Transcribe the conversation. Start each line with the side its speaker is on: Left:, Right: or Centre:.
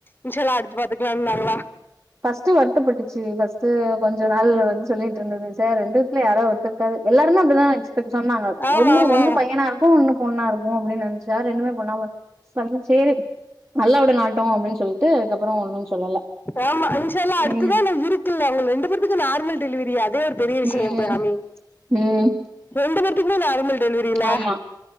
Left: இன்ஷா அல்லா அடுத்து பாத்துக்கலா இன்னாங்ளா
Right: ஃபர்ஸ்ட் வருத்தப்பட்டுச்சி ஃபர்ஸ்ட்டு கொஞ்ச நாள் வந்து சொல்லிட்டு இருந்தது ச ரெண்டுத்துல யாரா ஒரு இருக்காது எல்லாருமே அப்டிதா எக்ஸ்பேட் சொன்னாங்க
Left: ஆமா
Right: ஒன்னு
Left: ஆமா
Right: ஒன்னு
Left: ஆமா
Right: பையனா இரு இப்போ ஒன்னு பொண்ணா இருக்கு அப்டின்னு நெனச்சா ரெண்டுமே பெண்ணா பொறந் சென்னா சேரி அல்லாவோடு நாட்டோ அப்புடின்னு சொல்லிட்டு அதுக்கப்றோ ஒன்னு சொல்லல
Left: ஆமா இன்ஷா அல்லா அடுத்துதா
Right: ம்
Left: நாம் இருக்குல்ல உங்க ரெண்டு பேத்துக்கு நார்மல் டெலிவரி அது அதே ஒரு பெரிய விஷயோ
Right: ம்
Left: பா ஹாமி
Right: ம்
Left: ரெண்டு பேத்துக்குமே நார்மல் டெலிவரில
Right: ஆமா